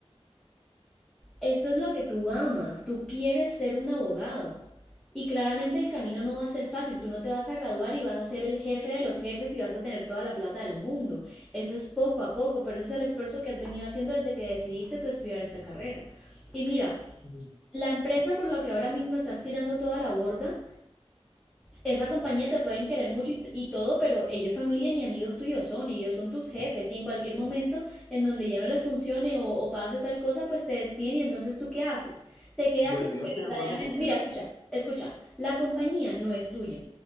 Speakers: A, in the centre; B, on the left.
A: esto es lo que tú amas, tú quieres ser un abogado. Y claramente el camino no va a ser fácil, tú no te vas a graduar y vas a ser el jefe de los jefes y vas a tener toda la plata del mundo. Eso es poco a poco, pero ese es el esfuerzo que has venido haciendo desde que decidiste tú estudiar esta carrera. Y mira,
B: Mm.
A: la empresa por la que ahora mismo estás tirando toda la borda, esa compañía te pueden querer mucho y, y, todo, pero ellos familia ni amigos tuyos son, y ellos son tus jefes y en cualquier momento en donde ya no le funcione o, o pase tal cosa, pues te despiden y entonces tú qué haces? Te quedas
B: Bueno,
A: sin lo
B: yo
A: que
B: estoy de
A: verdaderamente...
B: acuerdo con
A: Mira,
B: eso.
A: escucha, escucha, la compañía no es tuya,